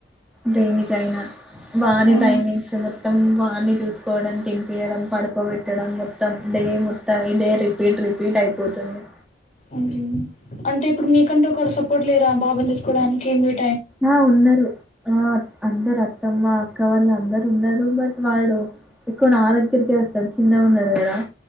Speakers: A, in the centre; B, on the left (about 40°).
A: దేనికైనా బానే
B: హ్మ్.
A: టైమింగ్స్ మొత్తం వాని చూసుకోవడం తినిపియడం పడుకోబెట్టడం మొత్తం డే మొత్తం ఇదే రిపీట్ రిపీట్ అయిపోతుంది
B: అయ్యో అంటే ఇప్పుడు మీకంటే ఒకరు సపోర్ట్ లేరా బాబుని చుసుకోవడానికి మీర్
A: ఆ ఉన్నరు ఆ అందరు అత్తమ్మ అక్క వాళ్ల్ళ అందర్ ఉన్నారు బట్ వాడు ఎక్కువ నా దగ్గరికే వస్తాడు చిన్నగా ఉన్నడు కదా